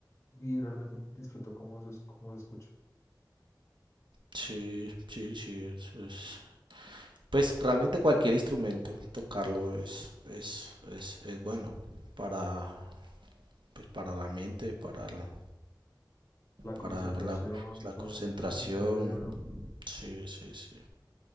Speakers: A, on the left; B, on the right.
A: y realmente disfruto cómo se, es- cómo se escucha.
B: Sí, sí, sí, es, es- Pues realmente cualquier instrumento, tocarlo es, es, es, es bueno para, pues, para la mente, para la,
A: La concentración,
B: para la, pues, la concentración.
A: todo, el cerebro.
B: Sí, sí, sí.